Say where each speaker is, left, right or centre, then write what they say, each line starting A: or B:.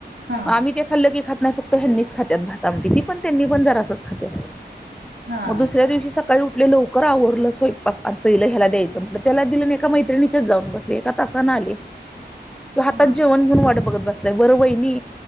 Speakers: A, on the right; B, in the centre.
A: हा
B: आम्ही ते खाल्लं की खात नाही फक्त ह्यांनीच खात भात आमट ती पण त्यांनी पण जरा असंच खातात
A: हा
B: मग दुसऱ्या दिवशी सकाळी उठले लवकर आवरलं स्ोय पहिलं ह्याला द्यायचं म्हट त्याला दिलंन एका मैत्रिणीच्याच जाऊन बसले एका तासा ना आले तू हातात
A: हा
B: जेवण घेऊन वाट बघत बसलाय बरं बहिणी